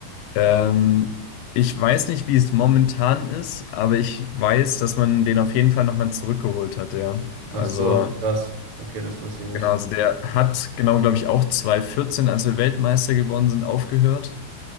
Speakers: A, on the left (about 75°); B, on the right (about 55°).
A: Ähm, ich weiß nicht, wie es momentan ist, aber ich weiß, dass man den auf jeden Fall nochmal zurückgeholt hat, ja. Also,
B: Ach so, krass. Okay, das wusste ich nicht.
A: genau, also der hat, genau, glaube ich, auch 2014, als wir Weltmeister geworden sind, aufgehört.